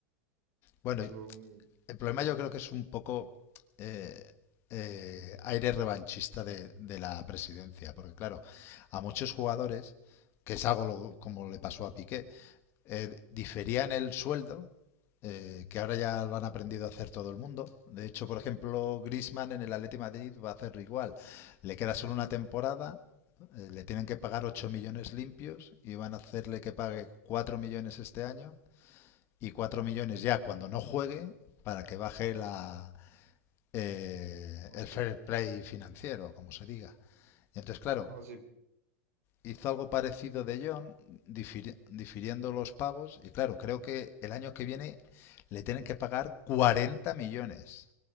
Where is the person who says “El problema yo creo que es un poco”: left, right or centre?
Left